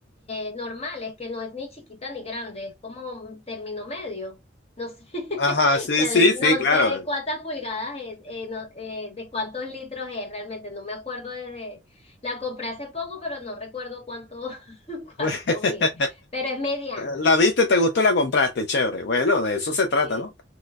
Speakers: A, on the left (about 30°); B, on the left (about 60°).
A: eh, normal, es que no es ni chiquita ni grande, es como un término medio, no sé, <laughs>
B: Ajá, sí,
A: o sea,
B: sí,
A: de-
B: sí,
A: no
B: claro.
A: sé de cuántas pulgadas es, eh, no- eh, de cuántos litros es realmente, no me acuerdo desde, la compré hace poco, pero no recuerdo cuánto, <laughs> cuánto
B: <laughs>
A: mide, pero es mediana,
B: La viste, te gustó, la compraste, chévere. Bueno, de eso se trata,
A: Sí.
B: ¿no?